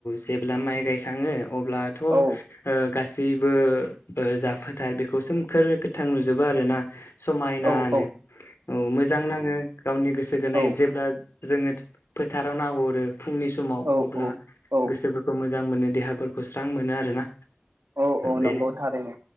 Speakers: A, on the left (about 90°); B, on the right (about 80°).
A: जेब्ला माइ गायखाङो अब्लाथ'
B: औ
A: गा जेबो जाफोथार बेखौ सोमखोर गोथां नुजोबो आरोना समायनानो
B: औ औ
A: औ मोजां नाङो गावनि गोसोखोनो
B: औ
A: जेब्ला जोङो फोथाराव नाहरो फुंनि समाव अब्ला
B: औ औ
A: गोसोफोरखौ मोजां जां मोनो देहाफोरखौ स्रां मोनो आरोना
B: औ औ
A: बेनो
B: नंगौ थारैनो